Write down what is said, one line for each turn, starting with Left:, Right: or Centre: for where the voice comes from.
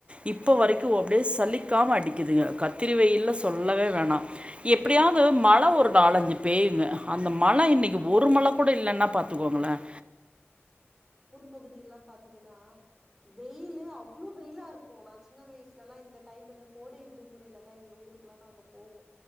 Right: இப்ப வரைக்கும் அப்டிய சலிக்காம அடிக்குதுங்க கத்திரி வெயில்ல சொல்லவே வேணாம் எப்படியாவது மழ ஒரு நாலஞ்சு பேயுங்க அந்த மழ இன்னைக்கு ஒரு மழ கூட இல்ன்னா பாத்துக்கோங்களேன்
Centre: பகுதிய எல்லாம் பாத்தீங்கன்னா வெயிலே அவ்ளோ வெயிலா இருக்கும் ந சின்ன வயசுலல்லாம் இந்த டைம்ல கோடை விடுமுறைலதான் எங்க ஊருக்குல்லா நாங்க போவோம்